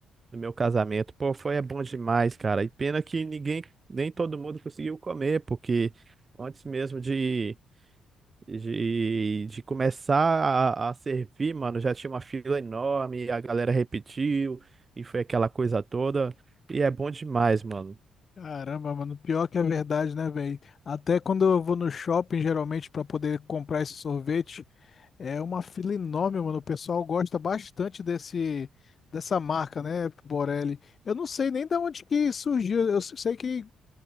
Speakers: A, on the right; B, on the left.
A: no meu casamento. Pô, foi é bom demais, cara. E pena que ninguém, nem todo mundo conseguiu comer, porque antes mesmo de De, de começar a, a servir, mano, já tinha uma fila enorme, a galera repetiu, e foi aquela coisa toda. E é bom demais, mano.
B: Caramba, mano, pior que é verdade, né, velho? Até quando eu vou no shopping, geralmente, pra poder comprar esse sorvete, É uma fila enorme, mano. O pessoal gosta bastante desse dessa marca, né, Borelli? Eu não sei nem de onde que surgiu. Eu sei que